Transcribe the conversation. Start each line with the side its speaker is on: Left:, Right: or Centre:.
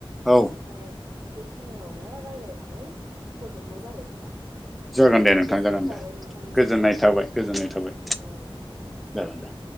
Centre: औ
Right: ओमफ्राय बेखिनियावनो राय्लायनानै फोजोबनाय जाबाय खोमा
Centre: जागोन दे नोंथां
Right: गोजोननाय
Centre: जागोन
Right: थाबाय
Centre: दे
Right: नोंथांनिसिम
Centre: गोजोननाय
Right: औ
Centre: थाबाय
Right: औ।
Centre: गोजोननाय थाबाय
Right: औ
Centre: जागोन दे।